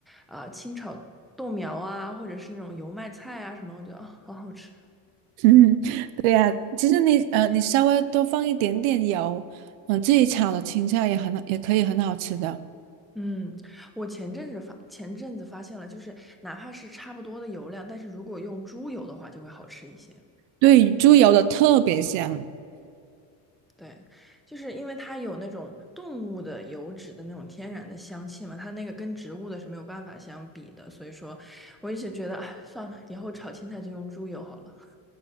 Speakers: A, in the centre; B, on the right.
A: 啊、清炒豆苗啊，或者是那种油麦菜啊什么，我觉得啊、好好吃。
B: <laughs> 嗯，对呀，其实你呃，你稍微多放一点点油，嗯、自己炒的青菜也很也可以很好吃的。
A: 嗯，我前阵子发前阵子发现了，就是哪怕是差不多的油量，但是如果用猪油的话，就会好吃一些。
B: 对，猪油的特别香。
A: 对，就是因为它有那种动物的油脂的那种天然的香气嘛，它那个跟植物的是没有办法相比的，所以说我一直觉得，哎，算了，以后炒青菜就用猪油好了。